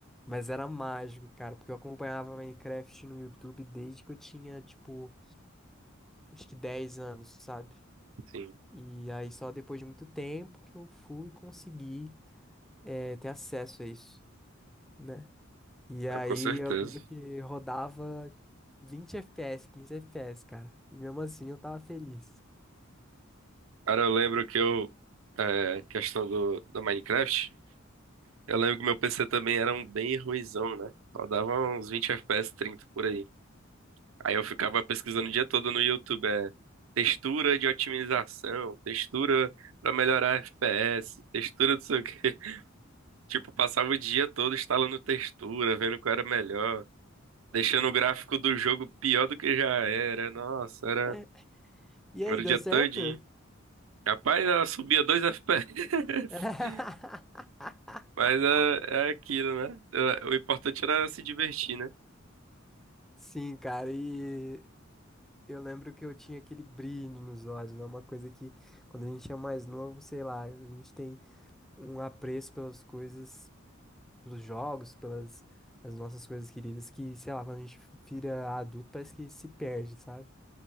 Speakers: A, in the centre; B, on the right (about 80°).
A: mas era mágico, cara, porque eu acompanhava Minecraft no YouTube desde que eu tinha, tipo, acho que 10 anos, sabe?
B: sim,
A: E aí só depois de muito tempo que eu fui conseguir eh, ter acesso a isso, né? E aí
B: ah, com certeza.
A: eu lembro que rodava 20 FPS, 15 FPS, cara. E mesmo assim eu tava feliz.
B: Cara, eu lembro que eu, é, questão do, do Minecraft, eu lembro que meu PC também era um bem ruinzão, né? Rodava uns 20 FPS, 30 por aí. Aí eu ficava pesquisando o dia todo no YouTube, é textura de otimização, textura pra melhorar FPS, textura não sei o quê. <laughs> Tipo, passava o dia todo instalando textura, vendo qual era melhor, deixando o gráfico do jogo pior do que já era. Nossa, era,
A: <laughs> E aí,
B: era
A: deu
B: o dia
A: certo?
B: todinho. Capaz, ela subia dois FPS,
A: <laughs>
B: <laughs> mas é, é aquilo, né? É, O importante era se divertir, né?
A: Sim, cara, e eu lembro que eu tinha aquele brilho nos olhos, né? Uma coisa que quando a gente é mais novo, sei lá, a gente tem um apreço pelas coisas, pelos jogos, pelas as nossas coisas queridas, que, sei lá, quando a gente vira adulto, parece que se perde, sabe?